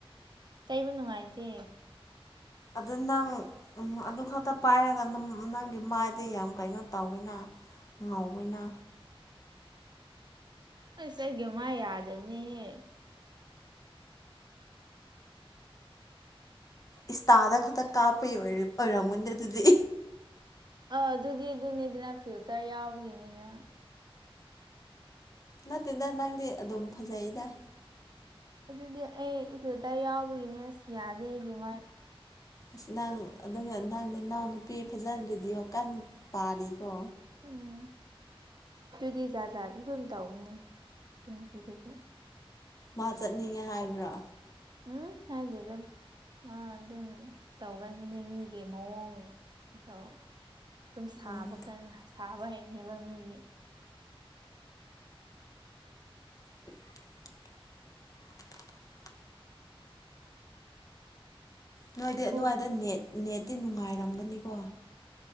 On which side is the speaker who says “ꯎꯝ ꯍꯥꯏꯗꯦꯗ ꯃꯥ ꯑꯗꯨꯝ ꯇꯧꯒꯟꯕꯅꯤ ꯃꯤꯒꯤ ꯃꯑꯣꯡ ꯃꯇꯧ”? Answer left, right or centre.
Right